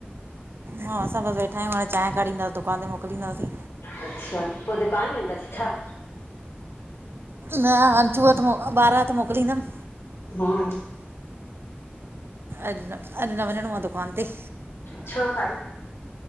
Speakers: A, on the right (about 70°); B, on the left (about 80°).
A: हा असां बस वेठा आहियूं, हाणे चाय काढींदासीं दुकान ते मोकलींदासीं।
B: अच्छा, पो दुकान वेंदासीं छा?
A: न हथों हथ, ॿारहं त मोकिलींदम
B: हा
A: अच्छा अॼु न वनरों आ दुकान ते?
B: छो भाई?